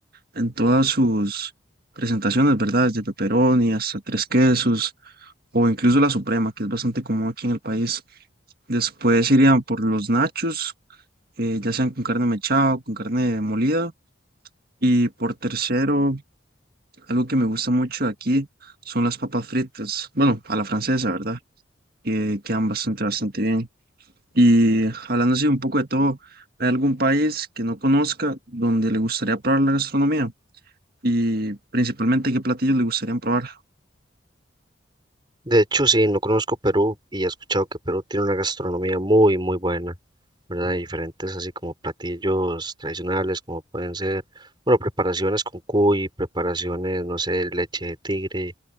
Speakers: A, on the right (about 55°); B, on the right (about 25°).
A: en todas sus presentaciones, ¿verdad? Desde pepperoni hasta tres quesos o incluso la suprema, que es bastante común aquí en el país. Después irían por los nachos, eh, ya sean con carne mechada o con carne molida. Y por tercero, algo que me gusta mucho de aquí son las papas fritas. Bueno, a la francesa, ¿verdad? Que quedan bastante, bastante bien. Y hablando así un poco de todo, ¿hay algún país que no conozca donde le gustaría probar la gastronomía? Y principalmente, ¿qué platillos le gustaría probar?
B: De hecho, sí, no conozco Perú y he escuchado que Perú tiene una gastronomía muy, muy buena, ¿verdad? Y diferentes así como platillos tradicionales, como pueden ser, bueno, preparaciones con cuy, preparaciones, no sé, leche de tigre,